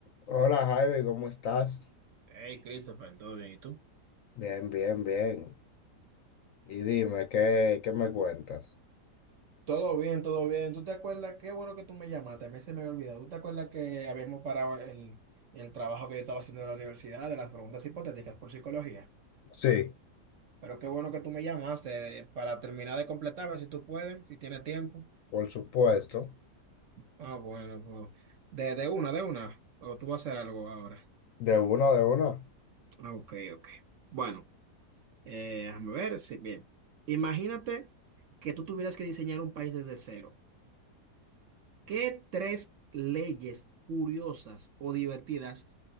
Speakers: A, on the left (about 70°); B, on the right (about 55°).
A: Hola Javi, ¿cómo estás?
B: Hey, Christopher, ¿todo bien? ¿Y tú?
A: Bien, bien, bien. Y dime, ¿qué, qué me cuentas?
B: Todo bien, todo bien. ¿Tú te acuerdas? Qué bueno que tú me llamaste. A mí se me había olvidado. ¿Tú te acuerdas que habíamos parado el, el trabajo que yo estaba haciendo en la universidad de las preguntas hipotéticas por psicología?
A: Sí,
B: Pero qué bueno que tú me llamaste eh, para terminar de completar, a ver si tú puedes, si tienes tiempo.
A: por supuesto.
B: Ah, bueno, pues de, de una, de una. O tú vas a hacer algo ahora.
A: De uno, de uno.
B: Ah, Ok, ok. Bueno, eh, déjame ver. Sí, bien. Imagínate que tú tuvieras que diseñar un país desde cero. ¿Qué tres leyes curiosas o divertidas